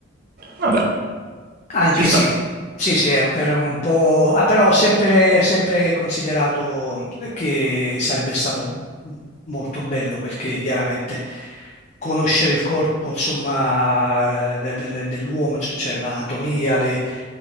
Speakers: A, on the right (about 50°); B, on the left (about 35°).
A: Vabbè,
B: Anche
A: ci sta.
B: sì, sì, sì, è un- per un po', ah, però ho sempre, sempre considerato che sarebbe stato molto bello perché chiaramente conoscere il corpo, insomma, eh, de- de- dell'uomo, c- cioè l'anatomia, le,